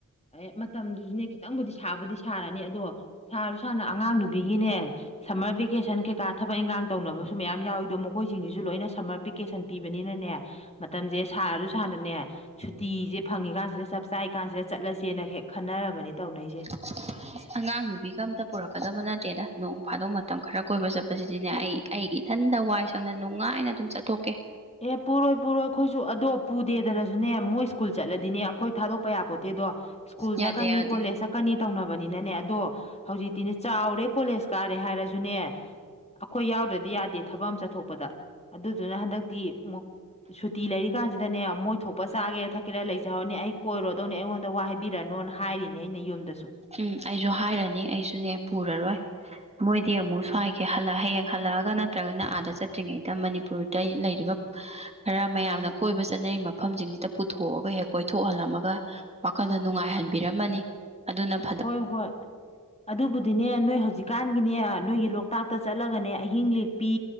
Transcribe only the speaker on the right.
<unintelligible> ꯑꯉꯥꯡ ꯅꯨꯕꯤꯒ ꯑꯝꯇ ꯄꯨꯔꯛꯀꯗꯕ ꯅꯠꯇꯦꯗ ꯅꯣꯡ ꯐꯥꯗꯣꯛ ꯃꯇꯝ ꯈꯔ ꯀꯣꯏꯕ ꯆꯞꯄꯖꯤꯗꯤꯅꯦ ꯑꯩ ꯑꯩ ꯏꯊꯟꯗ ꯋꯥꯏ ꯁꯪꯅ ꯅꯨꯡꯉꯥꯏꯅ ꯑꯗꯨꯝ ꯆꯠꯊꯣꯛꯀꯦ
ꯌꯥꯗꯦ
ꯌꯥꯗꯦ
ꯎꯝ ꯑꯩꯁꯨ ꯍꯥꯏꯔꯅꯤ ꯑꯩꯁꯨꯅꯦ ꯄꯨꯔꯔꯣꯏ ꯃꯣꯏꯗꯤ ꯑꯃꯨꯛ ꯁ꯭ꯋꯥꯏꯒꯤ ꯍꯜꯂ ꯍꯌꯦꯡ ꯍꯜꯂꯛꯑꯒ ꯅꯠꯇ꯭ꯔꯒꯅ ꯑꯥꯗ ꯆꯠꯇ꯭ꯔꯤꯉꯩꯗ ꯃꯅꯤꯄꯨꯔꯗ ꯂꯩꯔꯤꯕ ꯈꯔ ꯃꯌꯥꯝꯅ ꯀꯣꯏꯕꯁꯤ ꯆꯠꯅꯩ ꯃꯐꯝꯖꯤꯡꯖꯤꯗ ꯄꯨꯊꯣꯛꯑꯒ ꯍꯦꯛ ꯀꯣꯏꯊꯣꯛꯍꯜꯂꯝꯃꯒ ꯋꯥꯈꯜꯗꯣ ꯅꯨꯡꯉꯥꯏꯍꯟꯕꯤꯔꯝꯃꯅꯤ ꯑꯗꯨꯅꯝ